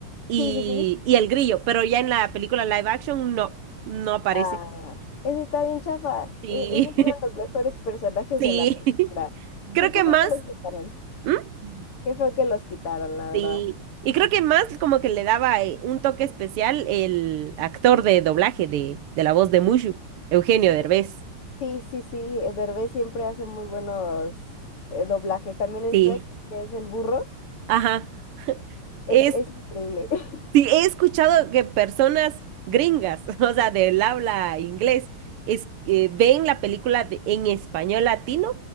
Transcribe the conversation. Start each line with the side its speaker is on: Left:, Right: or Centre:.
Right: y,
Left: Sí, sí, sí.
Right: y el grillo, pero ya en la película live action no, no aparece.
Left: Ah, eso está bien chafa.
Right: Sí,
Left: E- ellos eran los mejores personajes
Right: <laughs> sí.
Left: de la película.
Right: <laughs> Creo
Left: ¿Qué, qué
Right: que
Left: feo
Right: más,
Left: que los quitaron?
Right: ¿Mm?
Left: Qué fue que los quitaron, la verdad.
Right: Sí. Y creo que más como que le daba eh, un toque especial el actor de doblaje de, de la voz de Mushu, Eugenio
Left: Sí,
Right: Derbez.
Left: sí, sí, sí. eh, Derbez siempre hace muy buenos eh, doblajes. También en
Right: Sí.
Left: Shrek, que es el burro,
Right: Ajá. Es,
Left: es, es increíble. <laughs>
Right: Sí, he escuchado que personas gringas, <laughs> o sea, del habla inglés, es, eh, ven la película de- en español latino